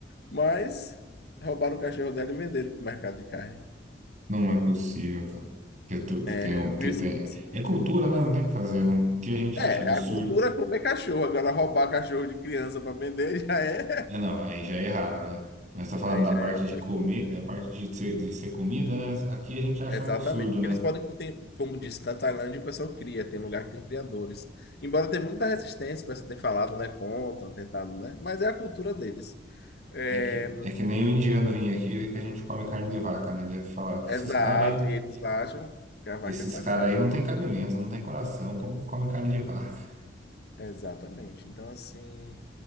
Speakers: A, on the left; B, on the right.
A: Mas roubaram o cachorro dela e venderam pro mercado de carne.
B: Não é possível, pô. Que, tu, que
A: É,
B: tem, o-
A: eu
B: que
A: vi esse
B: tem.
A: vídeo assim.
B: É cultura, né? Não tem o que fazer, né? O que a gente
A: É,
B: acha absurdo.
A: a cultura é comer cachorro. Agora roubar cachorro de criança para vender já é.
B: É, não, aí já é errado, né? Mas
A: <laughs>
B: tá falando
A: Aí
B: da
A: já
B: parte
A: é outra
B: de comer,
A: coisa. né?
B: da parte de ser, de ser comida, né? Aqui a gente acha
A: Exatamente,
B: um absurdo,
A: porque
B: né?
A: eles podem, ter- como disse, na Tailândia o pessoal cria, tem lugar que tem criadores. Embora tenha muita resistência, o pessoal tem falado, né, contra, tentado, né, mas é a cultura deles. É,
B: É que, é que nem o indiano vir aqui e ver que a gente come carne de vaca, né? Deve falar que esses
A: exato,
B: caras aí,
A: e eles acham que a vaca
B: esses
A: é sagrada.
B: cara aí não tem cabimento, não tem coração, como que come carne de vaca?
A: Exatamente. Então, assim,